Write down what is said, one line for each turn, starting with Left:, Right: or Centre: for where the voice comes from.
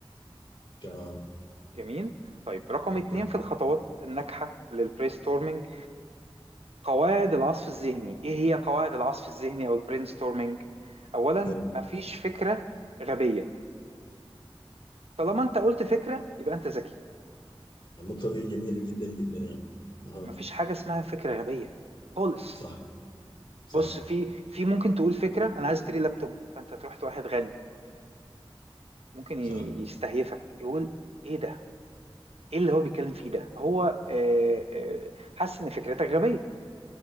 Left: تمام
Right: جميل طيب رقم
Left: اوكي
Right: اتنين في الخطوات الناجحه للبرينستورمينج قواعد العصف الذهني ايه هي قواعد العصف الذهني او البرينستورمينج اولا
Left: حلو
Right: مفيش فكره غبيه طالما انت قلت فكره يبقى انت ذكي
Left: النقطه دي جميله جدا جدا يا أخي. اها
Right: مفيش حاجه اسمها فكره غبيه خالص
Left: صح صح
Right: بص في في ممكن تقول فكره انا عايز اشتري لابتوب فانت تروح لواحد غني ممكن ي-
Left: صح
Right: يستهيفك يقول ايه ده ايه اللي هو بيتكلم فيه ده هو آه، آه، حاسس ان فكرتك غبية